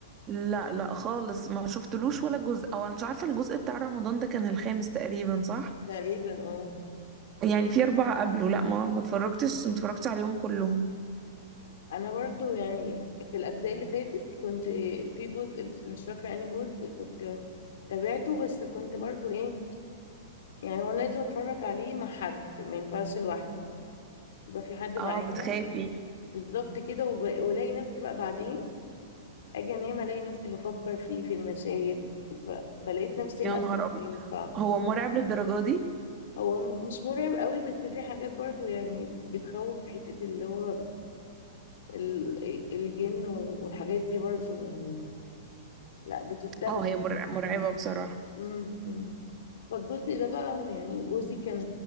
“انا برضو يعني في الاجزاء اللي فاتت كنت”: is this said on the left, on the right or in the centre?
Left